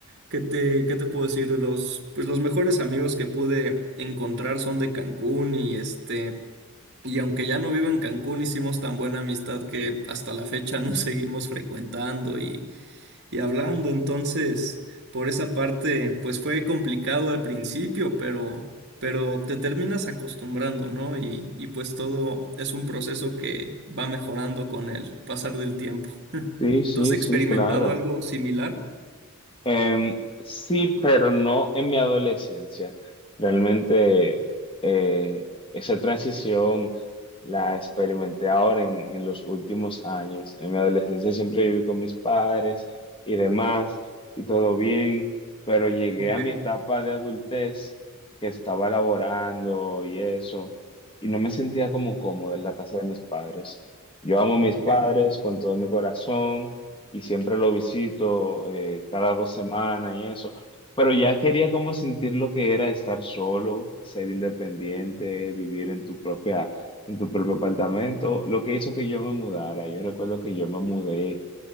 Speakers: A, on the right; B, on the left.
A: que te qué te puedo decir, los pues los mejores amigos que pude encontrar son de Cancún y este y aunque ya no vivo en Cancún hicimos tan buena amistad que hasta la fecha <laughs> nos seguimos frecuentando y y hablando. Entonces, por esa parte, pues fue complicado al principio, pero, pero te terminas acostumbrando, ¿no? Y, y pues todo es un proceso que va mejorando con el pasar del tiempo. <laughs>
B: Sí, sí,
A: ¿Tú has experimentado
B: sí, claro.
A: algo similar?
B: Em, sí, pero no en mi adolescencia. Realmente eh, esa transición la experimenté ahora en, en los últimos años. En mi adolescencia siempre viví con mis padres y demás, y todo bien, pero llegué
A: Ok,
B: a mi etapa de adultez que estaba laborando y eso, y no me sentía como cómodo en la casa de mis padres. Yo amo a mis
A: ok.
B: padres con todo mi corazón y siempre lo visito eh, cada dos semanas y eso. Pero ya quería como sentir lo que era estar solo, ser independiente, vivir en tu propia, en tu propio apartamento, lo que hizo que yo me mudara. Yo recuerdo que yo me mudé